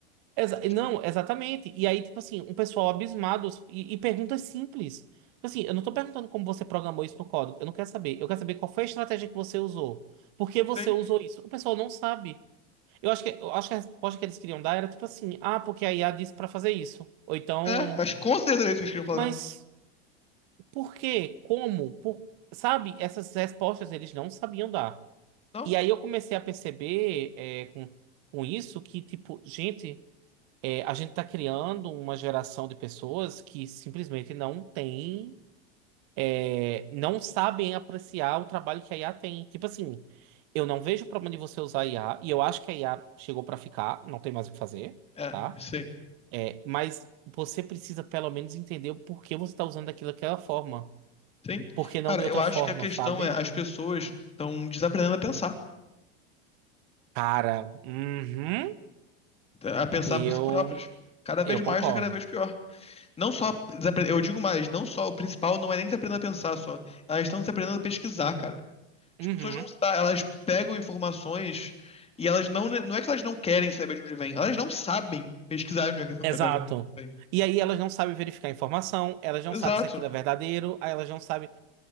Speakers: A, on the right (about 55°); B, on the left (about 20°).
A: Exa-
B: Tipo,
A: não, exatamente. E aí, tipo assim, um pessoal abismado e, e perguntas simples. Tipo Assim, eu não tô perguntando como você programou isso no código. Eu não quero saber. Eu quero saber qual foi a estratégia que você usou. Por que você
B: Sim.
A: usou isso? O pessoal não sabe. Eu acho que, eu acho que a resposta que eles queriam dar era tipo assim: ah, porque a IA disse pra fazer isso. Ou então,
B: É, mas com certeza é isso que eles queriam falar
A: mas
B: mesmo.
A: por quê? Como? Por... Sabe? Essas respostas eles não sabiam dar.
B: Não?
A: E aí eu comecei a perceber, é, com, com isso que, tipo, gente é, a gente está criando uma geração de pessoas que simplesmente não tem, é, não sabem apreciar o trabalho que a IA tem. Tipo assim, eu não vejo problema de você usar a IA, e eu acho que a IA chegou para ficar, não tem mais o que fazer,
B: É,
A: tá?
B: sim.
A: É, mas você precisa pelo menos entender o porquê você está usando daquilo daquela forma.
B: Sim.
A: Por que
B: Cara,
A: não de outra
B: eu acho
A: forma,
B: que a questão
A: sabe?
B: é, as pessoas estão desaprendendo a pensar,
A: Cara, uhum,
B: a pensar
A: eu,
B: por si próprias. Cada
A: eu
B: vez mais,
A: concordo.
B: tá cada vez pior. Não só, desapre- eu digo mais, não só, o principal não é nem desaprendendo a pensar só. Elas estão desaprendendo a pesquisar, cara. As
A: Uhum.
B: pessoas não, sa- elas pegam informações e elas não, não é que elas não querem saber de onde vem, elas não sabem pesquisar onde é que essa-
A: Exato.
B: aquela informação vem.
A: E aí elas não sabem verificar a informação, elas não
B: Exato,
A: sabem se aquilo é verdadeiro, aí elas não sabem.